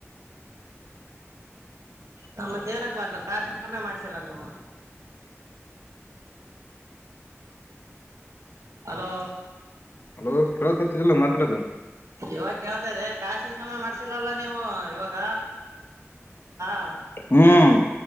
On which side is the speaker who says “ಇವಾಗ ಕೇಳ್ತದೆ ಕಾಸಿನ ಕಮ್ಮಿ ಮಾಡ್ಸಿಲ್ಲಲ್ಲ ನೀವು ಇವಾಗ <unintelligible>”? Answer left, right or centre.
Right